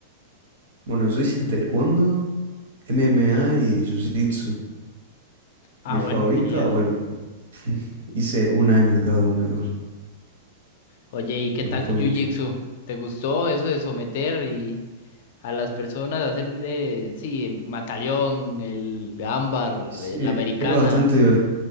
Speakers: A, on the right; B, on the left.
A: Bueno, yo hice taekwondo, MMA y jiu-jitsu.
B: Ah,
A: Mi
B: bueno,
A: favorita,
B: genial.
A: bueno, <laughs> hice un año de cada uno igual,
B: Oye, ¿y qué tal
A: no fue
B: tu Jiu-Jitsu?
A: mucho.
B: ¿Te gustó eso de someter y a las personas hacerle, sí, mataleón, el ámbar,
A: Sí,
B: eh, la americana?
A: era bastante divertido,